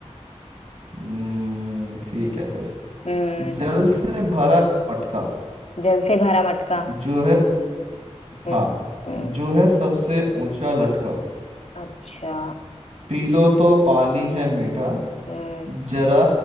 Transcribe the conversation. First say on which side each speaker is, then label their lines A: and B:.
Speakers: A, on the right; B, on the left.
A: हम्म ठीक है फिर
B: हम्म
A: जल से भरा मटका
B: जल से भरा मटका
A: जो है सब,
B: हम्म
A: हाँ
B: हम्म
A: जो है सबसे ऊंचा लटका
B: अच्छा
A: पी लो तो पानी है मीठा
B: हम्म
A: जरा